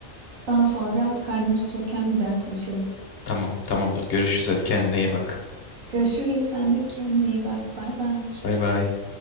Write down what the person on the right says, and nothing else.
Daha sonra karnım tokken bir daha konuşalım.
Görüşürüz. Sen de kendine iyi bak. Bay bay.